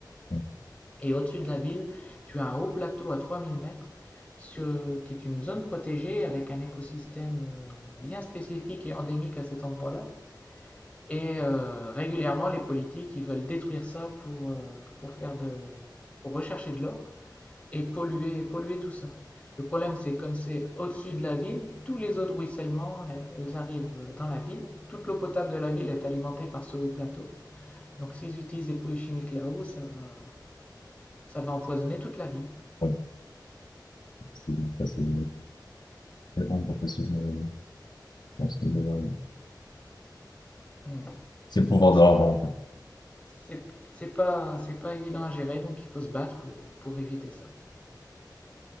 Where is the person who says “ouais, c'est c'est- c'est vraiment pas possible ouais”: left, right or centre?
Left